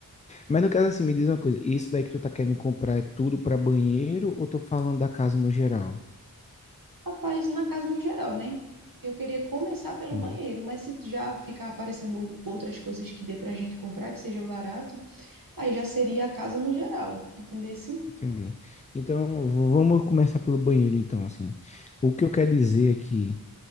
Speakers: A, on the left; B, on the right.
A: Mas no caso, assim, me diz uma coisa. Isso daí que tu tá querendo comprar é tudo pra banheiro ou tô falando da casa no geral?
B: Rapaz, na casa no geral, né? Eu queria começar pelo
A: Hum,
B: banheiro, mas se já ficar aparecendo outras coisas que dê pra gente comprar que seja barato, aí já seria a casa no geral, entendesse?
A: entendi. Então, v- vamos começar pelo banheiro, então, assim. O que eu quero dizer é que